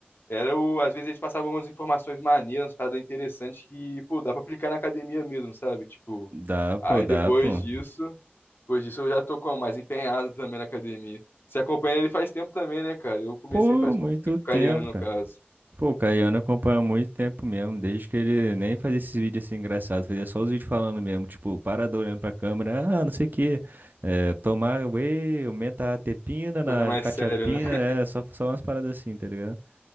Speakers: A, on the left; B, on the right.
A: Era o, às vezes eles passavam umas informações maneiras, umas paradas interessantes que, pô, dá pra aplicar na academia mesmo, sabe? Tipo,
B: Dá, pô,
A: aí
B: dá,
A: depois
B: pô.
A: disso, depois disso eu já tô como mais empenhado também na academia. Você acompanha ele faz tempo também, né, cara? Eu comecei
B: Pô,
A: faz
B: muito
A: pouco tempo, com o
B: tempo,
A: Cariani no
B: cara.
A: caso.
B: Pô, o Caiano acompanha há muito tempo mesmo, desde que ele nem fazia esses vídeos assim engraçados, fazia só os vídeos falando mesmo, tipo, parado olhando pra câmera, ah, não sei o quê, é, tomar whey, aumenta a tepina na
A: Coisa mais
B: catiapina,
A: séria, né?
B: é, só, só umas paradas assim, tá ligado?